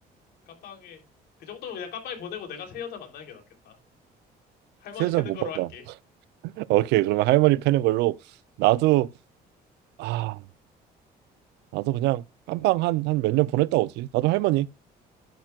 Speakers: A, on the left; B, on the right.
A: 깜빵에 그 정도면 그냥 깜빵에 보내고 내가 새 여자 만나는 게 낫겠다. 할머니
B: 세자
A: 패는
B: 못
A: 거로
B: 봤나?
A: 할게.
B: <laughs> 오케이. 그러면 할머니 패는 걸로 나도 아, 나도 그냥 깜빵 한 한 몇 년 보냈다 오지. 나도 할머니.